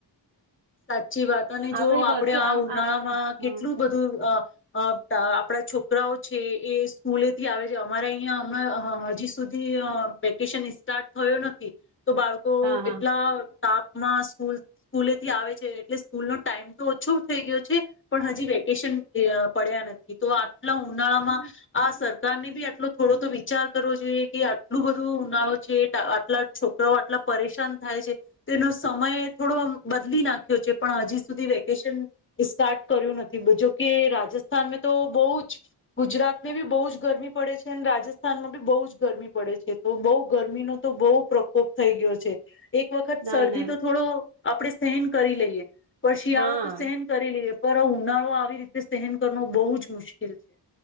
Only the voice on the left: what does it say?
સાચી વાત અને
જો આપણે
આ
ઉનાળા માં કેટલું
બધું અ અ આપણા છોકરાઓ છે એ સ્કૂલેથી આવે છે અમારા અહીંયા હમણાં હજી સુધી વેકેશન સ્ટાર્ટ થયો નથી. તો બાળકો
એટલા તાપમાં સ્કૂલ સ્કૂલે થી આવે છે એટલે સ્કૂલનો ટાઈમ તો ઓછો થઈ ગયો છે, પણ હજી વેકેશન પડ્યા નથી તો આટલા ઉનાળામાં, આ સરકારને ભી આટલો થોડો તો વિચાર કરવો જોઈએ કે આટલું બધું ઉનાળો છે આટલા છોકરાઓ આટલા પરેશાન થાય છે, તો એનો સમય થોડો બદલી નાખ્યો છે પણ હજી સુધી વેકેશન સ્ટાર્ટ કર્યું નથી જોકે રાજસ્થ સ્થાન તો બો જ ગુજરાત ને બો જ ગરમી પડે છે અને રાજસ્થાનમાં ભી બો જ ગરમી પડે છે. તો બો ગરમીનો તો બો પ્રકોપ થઈ ગયો છે, એક વખત
શરદી
તો થોડો આપણેે સહન કરી લઈએ. પણ શિયાળો
તો સહેન કરી લઈએ. પર આ ઉનાળો આવી રીતે સહેન કરો બહુ જ મુશ્કેલ છે.